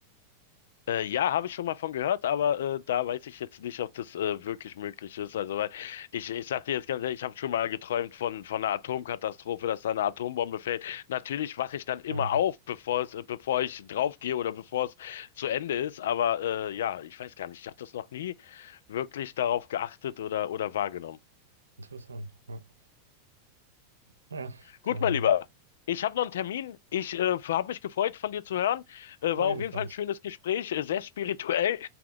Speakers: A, on the left; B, on the right.
A: Äh, ja, habe ich schon mal von gehört, aber äh, da weiß ich jetzt nicht, ob das äh, wirklich möglich ist. Also, weil ich, ich sag dir jetzt ganz ehrlich, ich habe schon mal geträumt von, von einer Atomkatastrophe, dass da eine Atombombe fällt. Natürlich wache ich dann immer
B: Wahnsinn.
A: auf, bevor es, äh, bevor ich draufgehe oder bevor es zu Ende ist. Aber äh, ja, ich weiß gar nicht, ich habe das noch nie wirklich darauf geachtet oder, oder wahrgenommen.
B: Interessant. Ja. Naja,
A: Gut,
B: ähm,
A: mein Lieber. Ich habe noch einen Termin. Ich äh, habe mich gefreut, von dir zu hören. Äh,
B: Jo,
A: war
B: ebenfalls.
A: auf jeden Fall ein schönes Gespräch, äh, sehr spirituell.